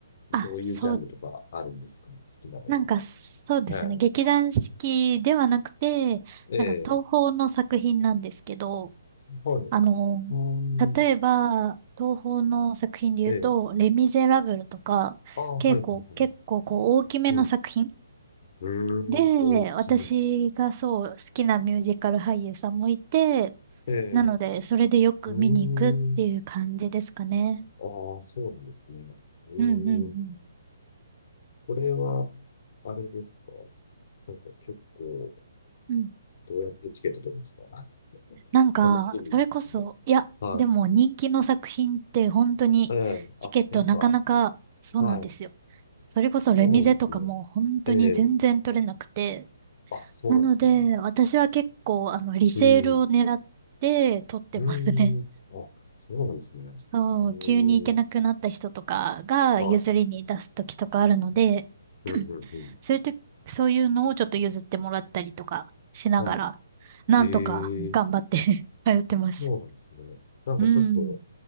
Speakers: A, on the left; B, on the right.
A: どういうジャンルとかあるんですか好きなのは。
B: あ、そう、なんかそうですね。
A: は
B: 劇団四季ではなくて、
A: い。ええ、
B: なんか東宝の作品なんですけど、
A: はい。う
B: あの、
A: ー
B: 例えば、
A: ん。
B: 東宝の作品で言うと、
A: ええ。
B: レ・ミゼラブルとか、
A: ああ、
B: 結構、
A: はい、はい、はい。
B: 結構こう大きめの作品
A: うん。うー
B: で、
A: ん、大きめ。
B: 私がそう好きなミュージカル俳優さんもいて、
A: ええ、
B: なので、
A: う
B: それでよく見に行くっていう感じですかね。
A: ーん。ああ、そうなんですね。ええ、
B: うんうんうん。
A: これは、あれですかなんか結構、
B: うん
A: どうやってチケット取るんですか <laughs>
B: なんか、
A: その日に行って。
B: それこそ、いや、
A: はい。
B: でも人気の作品って本当にチケットなかなかそうなんですよ。
A: ええ、あ、やっぱ、はい。
B: それこそレミゼとかも本当に全然取れなくて。
A: そうなんですね。ええ、あ、そうなんですね。
B: なので、私は結構、あの、リセールを狙って取ってますね。
A: うん。うーん。あ、そうなんですね。へえ。
B: そう、急に行けなくなった人とかが譲りに出す時とかあるので、
A: はい。うんうんうん。
B: <clears throat> そういうと、そういうのをちょっと譲ってもらったりとかしながら、
A: はい。
B: なんとか頑張って
A: へえ。あ、
B: <laughs> 通ってます。
A: そうなんですね。なんかちょっと
B: うん。